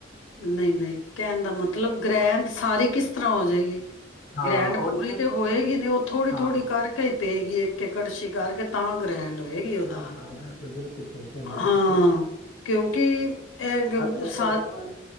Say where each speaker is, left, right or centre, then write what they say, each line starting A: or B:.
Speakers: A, on the left; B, on the left.
A: ਨਹੀਂ ਨਹੀਂ ਕਹਿਣ ਦਾ ਮਤਲਬ, ਗ੍ਰੈੰਡ ਸਾਰੀ ਕਿਸ ਤਰ੍ਹਾਂ ਹੋ ਜਾਏਗੀ।
B: ਹਾਂ
A: ਗ੍ਰੈਂਡ
B: ਉਹੀ
A: ਪੂਰੀ ਤੇ ਹੋਏਗੀ ਨਹੀਂ ਉਹ ਥੋੜ੍ਹੀ-
B: ਹਾਂ
A: ਥੋੜ੍ਹੀ ਕਰਕੇ ਹੀ ਪਏਗੀ। ਇੱਕ ਇੱਕ ਕੜਸ਼ੀ ਕਰਕੇ ਤਾਂ ਗ੍ਰੈੰਡ ਹੋਏਗਾ। ਹੈਗੀ ਉਹ
B: ਹਾਂ
A: ਦਾਲ
B: ਹਾਂ ਬਿਲਕੁਲ ਬਿਲਕੁਲ ਸਹੀ ਕਹਿੰਦੇ ਪਏ
A: ਹਾਂ,
B: ਤੁਸੀਂ
A: ਕਿਉਂਕਿ ਇਹ
B: ਅਤੇ ਤੁਹਾਡੇ
A: ਸ
B: ਕੋਲ